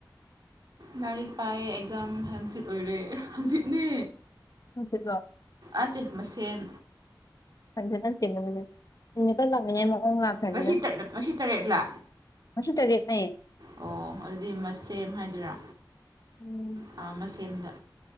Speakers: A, on the right (about 60°); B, on the left (about 50°).
A: ꯂꯥꯏꯔꯤꯛ ꯄꯥꯏꯌꯦ ꯑꯦꯛꯖꯥꯝ ꯍꯥꯡꯆꯤꯠ ꯑꯣꯏꯔꯦ ꯍꯥꯡꯆꯤꯠꯅꯦ
B: ꯍꯥꯡꯆꯤꯠ ꯂꯣ
A: ꯑꯇꯩ ꯃꯁꯦꯟ
B: <unintelligible>
A: ꯉꯁꯤ
B: <unintelligible>
A: ꯉꯁꯤ ꯇꯔꯦꯠꯂꯥ ꯑꯣ ꯑꯗꯨꯗꯤ ꯃ ꯁꯦꯝ ꯍꯥꯏꯗꯨꯏꯔꯥ
B: ꯎꯝ
A: ꯥ ꯑ ꯃꯁꯦꯝꯗ